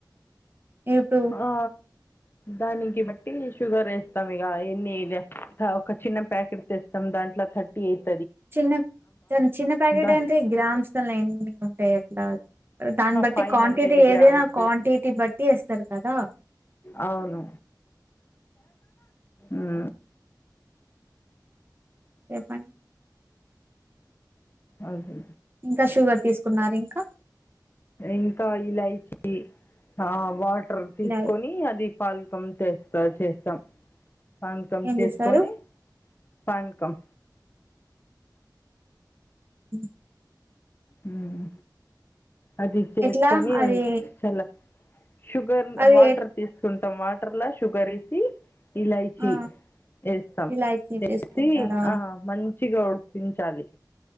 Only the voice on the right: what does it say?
ఇప్పుడు
చిన్న ద చిన్న ప్యాకెట్
అయింటే గ్రామ్స్ లల్లో ఎన్ని ఉంటాయి అలా దాన్ని బట్టి
క్వాంటిటీ
ఏదైనా క్వాంటిటీ బట్టి ఏస్తారు కదా
చెప్పండి
ఇంకా షుగర్ తీసుకున్నారా ఇంకా
ఇలా
ఏం
చేస్తారు
ఉమ్
ఎట్లా అది
అది
ఆ
ఇలాచి
తీసుకుంటారా